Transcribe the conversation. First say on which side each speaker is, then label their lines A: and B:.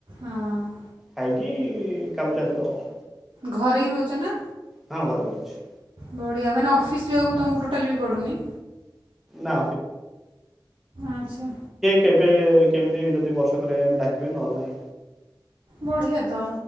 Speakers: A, on the right; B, in the centre.
A: ହଁ
B: ଖାଇକି କି କାମ ଚାଲିବ ଆଉ।
A: ଘରେ ହିଁ ରହୁଛ ନା।
B: ହଁ ଘରେ ରହୁଛି।
A: ବଢ଼ିଆ ମାନେ ଅଫିସ୍ ଯିବାକୁ ତୁମକୁ ଟୋଟାଲି ବି ପଡ଼ୁନି।
B: ନା
A: ଆଚ୍ଛା
B: କେବେ କେମିତି ଯଦି ବର୍ଷ ରେ ଡାକିବେ ନହେଲେ ନାହିଁ।
A: ବଢିଆ ତ